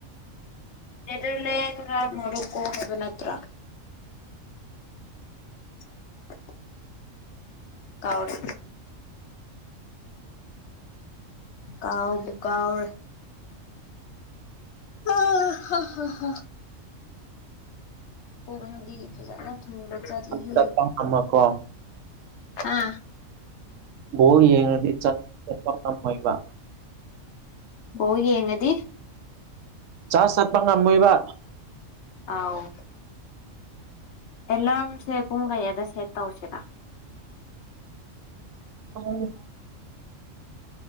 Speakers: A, on the left (about 65°); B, on the right (about 75°).
A: ꯅꯦꯗꯔꯂꯦꯟ ꯒ ꯃꯣꯔꯣꯀꯣ ꯒꯗꯣ ꯅꯠꯇ꯭ꯔꯥ <inaudible> ꯀꯥꯎꯔꯤ ꯀꯥꯎꯕꯨ ꯀꯥꯎꯔꯦ ꯑ ꯍ ꯍ ꯍ ꯐ ꯐꯖꯅ ꯊꯨꯅ ꯆꯠꯂꯦꯍꯦ
B: ꯆꯠꯄ ꯉꯝꯃꯀꯣ
A: ꯍꯥ
B: ꯕꯣꯜ ꯌꯦꯡꯂꯗꯤ ꯆꯠ ꯆꯠꯂꯝꯃꯣꯏꯕ
A: ꯕꯣꯜ ꯌꯦꯡꯉꯗꯤ
B: ꯆꯥꯖ ꯆꯠꯄ ꯉꯝꯃꯣꯏꯕ
A: ꯑ ꯑꯦꯂꯥꯔ ꯁꯦ ꯄꯨꯡ ꯀꯩꯗ ꯁꯦ ꯇꯧ ꯎꯆꯦꯗ
B: ꯑ